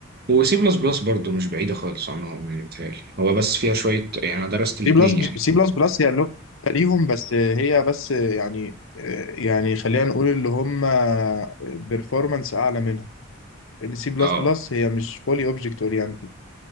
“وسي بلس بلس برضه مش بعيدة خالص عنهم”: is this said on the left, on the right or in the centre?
Right